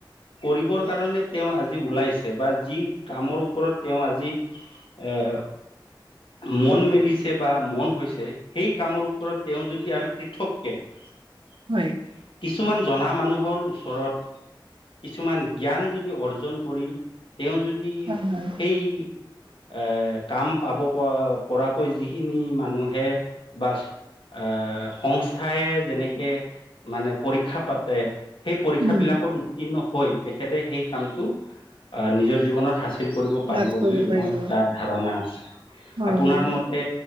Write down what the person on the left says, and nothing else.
কৰিবৰ কাৰণে তেওঁ আজি ওলাইছে বা যি কামৰ ওপৰত তেওঁ আজি এএ মন মেলিছে বা মন হৈছে। সেই কামৰ ওপৰত তেওঁ যদি আৰু পৃথককে উ
কিছুমান জনা মানুহৰ ওচৰত কিছুমান জ্ঞান যদি অৰ্জন কৰি তেওঁ যদি
সেই এ কাম পাব প পৰাকৈ যিখিনি মানুহে বা আহ সংস্থাই যেনেকে মানে পৰীক্ষা পাতে সেই পৰীক্ষা
বিলাকত উত্তীৰ্ণ হৈ তেখেতে সেই কামটো আহ, নিজৰ জীৱনৰ সাঁচি হাচিল কৰিব পাৰিব
বুলি
মই এটা ধাৰণা আছে।
আপোনাৰ
মতে